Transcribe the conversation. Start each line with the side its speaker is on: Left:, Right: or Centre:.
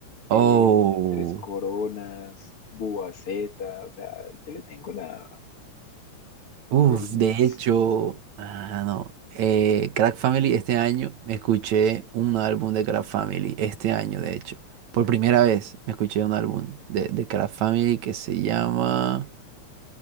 Right: Oh,
Left: eh, Tres Coronas, Boa Zeta, o sea, yo le tengo la,
Right: uff,
Left: el mix.
Right: de hecho, ah, no. eh, Crack Family, este año me escuché un álbum de Crack Family, este año, de hecho. Por primera vez me escuché un álbum de, de Crack Family que se llama.